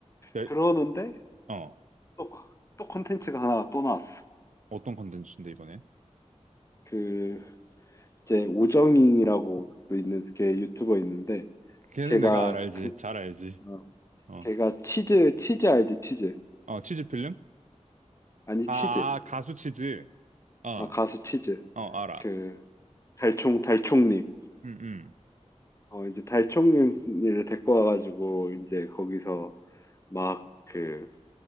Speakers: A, on the right; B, on the left.
A: 네,
B: 그러는데
A: 어.
B: 또, 또 콘텐츠가 하나 또 나왔어.
A: 어떤 컨텐츠인데, 이번엔?
B: 그, 이제 우정잉이라고 또 있는, 걔 유튜버 있는데,
A: 걔는
B: 걔가
A: 내가 알 알지.
B: 그,
A: 잘 알지.
B: 어,
A: 어,
B: 걔가 치즈, 치즈 알지, 치즈.
A: 어, 치즈 필름?
B: 아니,
A: 아,
B: 치즈.
A: 아, 가수 치즈. 어,
B: 아, 가수 치즈.
A: 어, 알아.
B: 그, 달총, 달총님.
A: 음, 음,
B: 어, 이제 달총님을 데리고 와가지고, 이제 거기서 막, 그